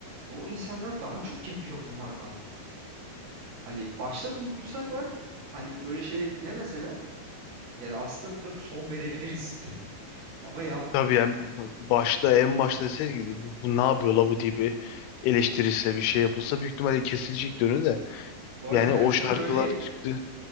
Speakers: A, on the right; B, on the left.
A: bu insanlar daha çok yapıyor bunlardan. Hani başta durdursalar hani böyle şeyleri dinlemeseler yani aslında buna bir son verebiliriz <laughs> ama yapmıyorlar.
B: Tabii yani başta en başta deseydi bu, bu ne yapıyor la bu diye bir eleştirirse bir şey yapılsa büyük ihtimalle kesilecek dönü de.
A: Bu arada
B: Yani
A: Benfero
B: o şarkılar
A: öyleydi.
B: çıktı.